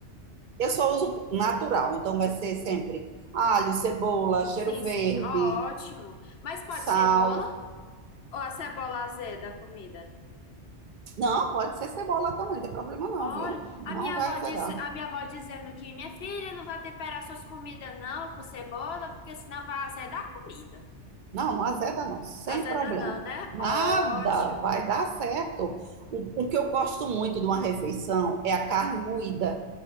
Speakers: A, on the right; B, on the left.
A: Eu só uso natural, então vai ser sempre alho, cebola, cheiro
B: Sim,
A: verde,
B: sim. Ó, ótimo. Mas pode
A: sal.
B: cebola ou a cebola azeda a comida?
A: Não, pode ser cebola também, não tem problema não,
B: Olha,
A: viu? Não
B: a minha
A: vai
B: avó
A: azedar.
B: diz, a minha avó dizendo que minha filha não vai temperar suas comidas não com cebola, porque senão vai azedar a comida.
A: Não, não azeda não, sem
B: Azeda
A: problema.
B: não, né?
A: Nada,
B: Ótimo.
A: vai dar certo. O, o que eu gosto muito de uma refeição é a carne moída.